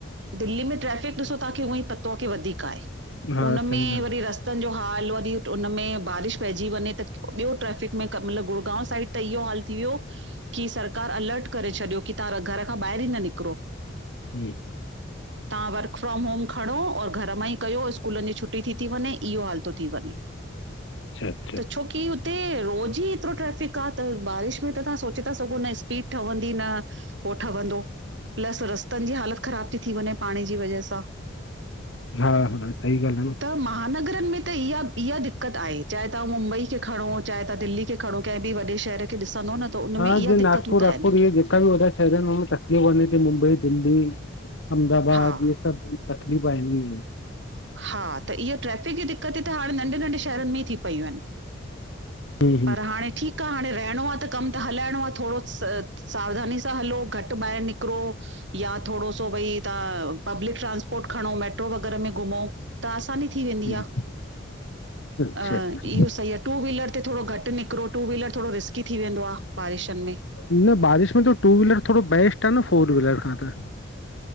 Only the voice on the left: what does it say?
हा
सही
ॻाल्हि
जीम <unintelligible>
अच्छा अच्छा
हा हा सही ॻाल्हि आ न।
हा
जीअं
नागपुर
वागपुर
इह्ये जेका बि वॾा शहर इनि में तकलीफ़ बी थी मुंबई दिल्ली अहमदाबाद
इह्ये सभु तकलीफ़ आहिनी।
हम्म हम्म
हम्म, अच्छा
अच्छा
न बारिश में त टू व्हीलर थोड़ो बेस्ट आ न फोर व्हीलर खां त।